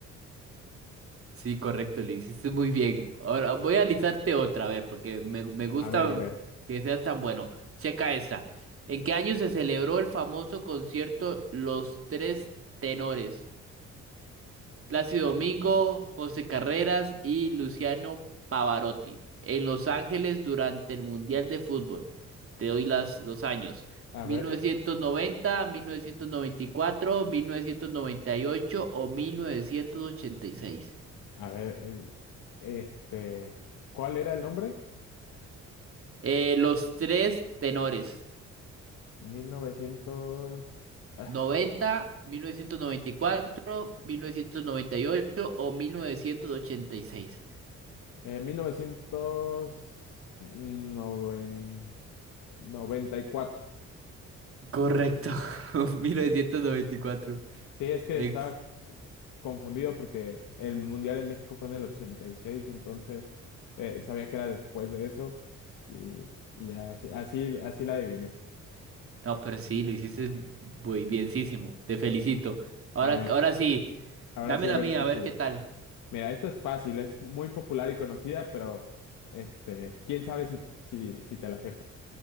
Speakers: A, on the right (about 45°); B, on the left (about 85°).
A: Sí, correcto, le hiciste muy bien. Ahora voy a alisarte otra, a ver, porque me, me gusta
B: A ver, a ver,
A: que seas tan bueno. Checa esta. ¿En qué año se celebró el famoso concierto Los Tres Tenores? Plácido Domingo, José Carreras y Luciano Pavarotti. En Los Ángeles durante el Mundial de Fútbol. Te doy las, los años.
B: a
A: Mil
B: ver,
A: mil mil novecientos novecientos novecientos noventa, noventa y cuatro, mil novecientos noventa y ocho o 1986.
B: a ver, eh, este, ¿cuál era el nombre?
A: Eh, los tres tenores,
B: 1900, ah,
A: noventa noventa mil mil novecientos novecientos y cuatro mil novecientos noventa y ocho o mil novecientos ochenta y seis
B: eh, 1994.
A: Correcto, <laughs> mil novecientos noventa y cuatro
B: Sí, es que
A: Ex.
B: estaba confundido porque el Mundial en México fue en el 86, entonces eh, sabía que era después de eso y, y ya así, así, así la adiviné.
A: No, pero sí, lo hiciste muy bienísimo. Te felicito. Ahora,
B: A ver,
A: ahora sí,
B: ahora
A: dame
B: sí,
A: la
B: a ver
A: mía,
B: si
A: a
B: sí,
A: ver qué tal.
B: Mira, esta es fácil, es muy popular y conocida, pero este, quién sabe si, si, si te la sepas.